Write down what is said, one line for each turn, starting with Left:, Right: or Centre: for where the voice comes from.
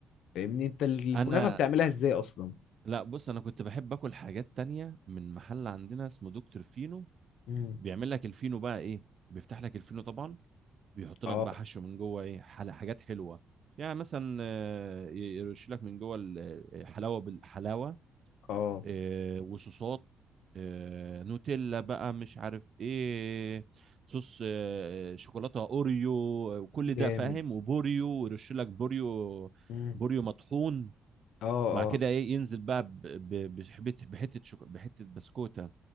Left: فاهمني انت الكنافه
Right: انا
Left: بتعملها ازاي اصلا
Right: لا بص انا كنت بحب اكل حاجات تانية من محل عندنا اسمه دكتور فينو
Left: مم.
Right: بيعمل لك الفينو بقى ايه بيفتح لك الفينو طبعا بيحط لك
Left: اه
Right: بقى حشو من جوه ايه حل- حاجات حلوه يعني مثلا آه، ي- يرش لك من جوه الحلاوه بالحلاوه
Left: اه
Right: آه، وصوصات آه، نوتيلا بقى مش عارف ايه صوص آه، شوكولاته اوريو وكل
Left: جامد
Right: ده فاهم وبوريو ويرش لك بوريو
Left: مم.
Right: بوريو مطحون
Left: اه
Right: وبعد
Left: اه
Right: كده ايه ينزل بقى ب- ب- بحبة- بحته شوك... بحته بسكوته